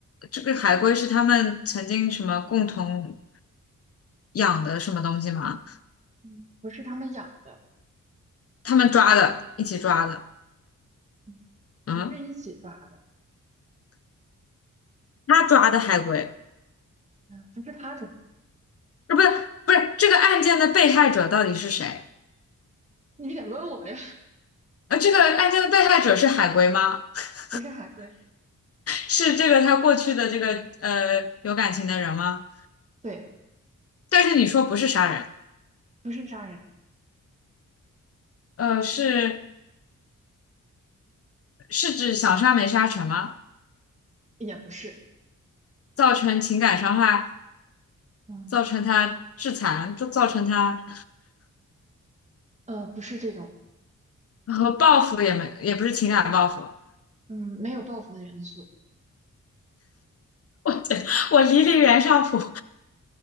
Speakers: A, on the left; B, on the right.
A: 这个海龟是他们曾经什么共同养的什么东西吗？
B: 嗯，不是他们养的，
A: 他们抓的，一起抓的。
B: 嗯，
A: 嗯，
B: 不是一起抓的，
A: 他抓的海龟，
B: 嗯，不是他抓的，
A: 呃，不是不是这个案件的被害者到底是谁？
B: 你得问我呀，
A: 呃，这个案件的被害者是海龟吗？<laughs>
B: <laughs> 不是海龟，
A: 是这个他过去的这个呃有感情的人吗？
B: 对，
A: 但是你说不是杀人，
B: 不是杀人，
A: 呃，是是指想杀没杀成吗？
B: 也不是，
A: 造成情感伤害，
B: 嗯
A: 造成他致残，就造成他
B: 呃，不是这种，
A: 然后报复也没也不是情感报复，
B: 嗯，没有报复的元素，
A: 我天，我离离袁尚普